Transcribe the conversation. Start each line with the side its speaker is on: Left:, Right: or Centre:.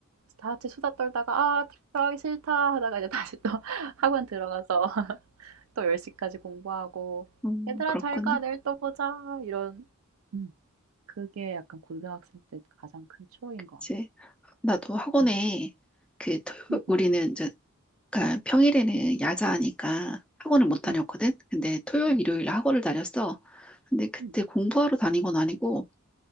Right: 다 같이 수다 떨다가 '아 들어가기 싫다.' 하다가 이제 다시 또 <laughs> 학원 들어가서 <laughs> 또 10 시까지 공부하고
Centre: 음,
Right: "얘들아
Centre: 그렇구나.
Right: 잘 가. 내일 또 보자." 이런 음. 그게 약간 고등학생 때 가장 큰 추억인
Centre: 그치.
Right: 것 같아.
Centre: 나도 학원에
Right: 음.
Centre: 그 토요,
Right: 음음.
Centre: 우리는 이제 그러니까 평일에는 야자하니까 학원을 못 다녔거든.
Right: 음.
Centre: 근데 토요일,
Right: 음.
Centre: 일요일 학원을 다녔어. 근데 그때
Right: 음.
Centre: 공부하러 다닌 건 아니고